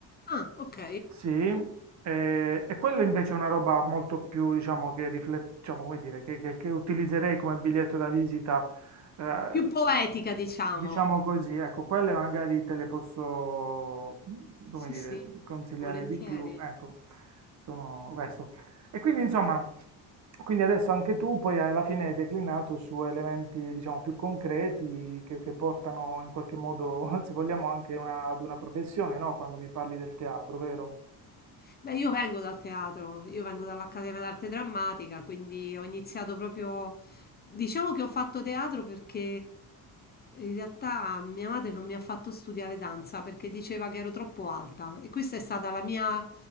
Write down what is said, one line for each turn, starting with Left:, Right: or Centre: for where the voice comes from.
Left: Ah, ok.
Right: sì, eh, e quello invece è una roba molto più, diciamo, che, riflet- diciamo, come dire, che, che- che utilizzerei come biglietto da visita, eh,
Left: Più poetica, diciamo.
Right: diciamo così, ecco, quelle magari te le posso, mm, come
Left: Sì,
Right: dire,
Left: sì,
Right: consigliare
Left: volentieri.
Right: di più, ecco, sono questo. E quindi, insomma, quindi adesso anche tu poi alla fine hai declinato su elementi, diciamo, più concreti che, che portano in qualche modo, <laughs> se vogliamo, anche una- ad una professione, no? Quando mi parli del teatro, vero?
Left: Beh, io vengo dal teatro, io vengo dall'Accademia d'Arte Drammatica, quindi ho iniziato proprio... Diciamo che ho fatto teatro perché in realtà mia madre non mi ha fatto studiare danza perché diceva che ero troppo alta e questa è stata la mia...